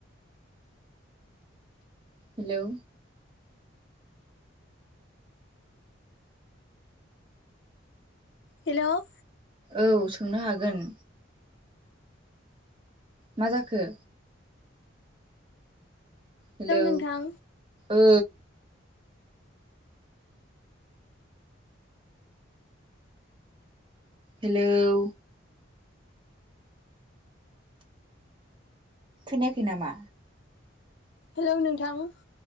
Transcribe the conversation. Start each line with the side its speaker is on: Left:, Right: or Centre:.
Right: हेलौ
Left: हेल'?
Right: औ सोंनो हागोन। मा जाखो? हेलौ
Left: नोंथां
Right: औ। हेलौ? खोनायाखै नामा?
Left: हेलौ नोंथां?